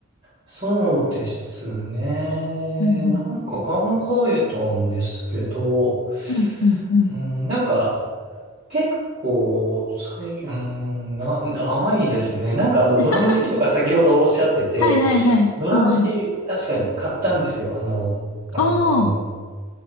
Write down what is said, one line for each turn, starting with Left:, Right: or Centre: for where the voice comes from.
Right: そうですね。
Left: うんうん。
Right: なんか考えたんですけど、
Left: うんうんうん。
Right: うん、なんか、結構、最、うーん、な、ないですね。なんかあの、
Left: <laughs>
Right: ドラム式とか先ほどおっしゃってて、
Left: はいはいはい。
Right: ドラム式確かに買ったんですよ。
Left: うんうん。
Right: あの、あの、
Left: おー。